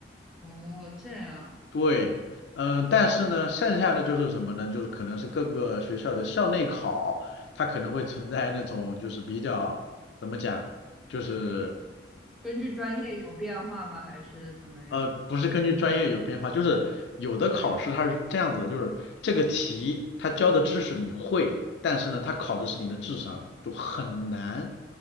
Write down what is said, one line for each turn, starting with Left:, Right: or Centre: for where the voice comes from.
Centre: 哦，这样，
Left: 对，嗯、但是呢，剩下的就是什么呢？就是可能是各个学校的校内考，它可能会存在那种就是比较怎么讲，就是
Centre: 根据专业有变化吗？还是怎么样？
Left: 呃，不是根据专业有变化，就是有的考试它是这样子的就是这个题它教的知识你会，但是呢，它考的是你的智商，就很难。